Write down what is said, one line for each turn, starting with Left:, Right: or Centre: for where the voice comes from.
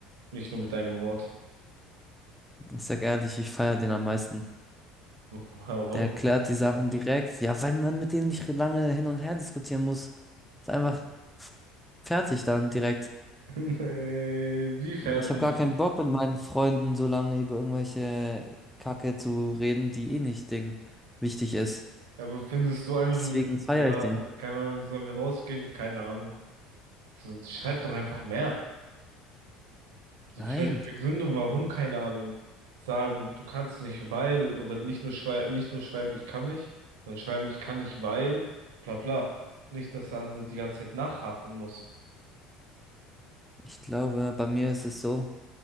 Right: Nicht nur mit einem Wort.
Centre: Ich sag ehrlich, ich feier den am meisten.
Right: Warum?
Centre: Der erklärt
Right: <laughs>
Centre: die Sachen direkt. Ja, weil man mit denen nicht lange hin und her diskutieren muss. Ist einfach Fertig dann direkt.
Right: Nee, wie fertig?
Centre: Ich habe gar keinen Bock mit meinen Freunden so lange über irgendwelche Kacke zu reden, die eh nicht Ding wichtig ist.
Right: Aber findest du einfach
Centre: Deswegen
Right: nur mit,
Centre: feiere
Right: ja,
Centre: ich den.
Right: keine Ahnung, sollen wir rausgehen? Keine Ahnung. So, schreib doch einfach mehr. So
Centre: Nein,
Right: vielleicht Begründung, warum, keine Ahnung. Sagen, du kannst nicht, weil, oder nicht nur schreiben, nicht nur schreiben, ich kann nicht, sondern schreiben, ich kann nicht, weil, bla bla. Nicht, dass der andere die ganze Zeit nachhaken muss.
Centre: ich glaube, bei mir ist es so,